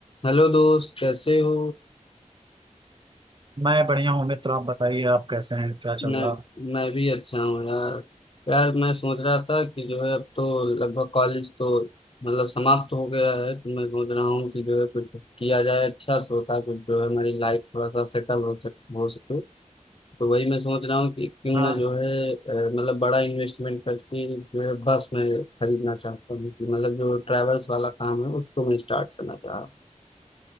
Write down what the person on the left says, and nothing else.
Hello दोस्त कैसे हो
मैं
मैं भी अच्छा हूँ यार यार मैं सोच रहा था कि जो है अब तो लगभग कॉलेज तो मतलब समाप्त हो गया है तो मैं सोच रहा हूँ कि जो है कुछ किया जाए अच्छा तो ताकि जो है हमारी लाइफ थोड़ा सा सेटल हो सक हो सके तो वही मैं सोच रहा हूँ कि क्यों
ना जो है अ, मतलब बड़ा इन्वेस्टमेंट करके जो है बस मैं खरीदना चाहता हूँ कि मतलब जो ट्रैवल्स वाला काम है उसको मैं स्टार्ट करना चाह रहा हूँ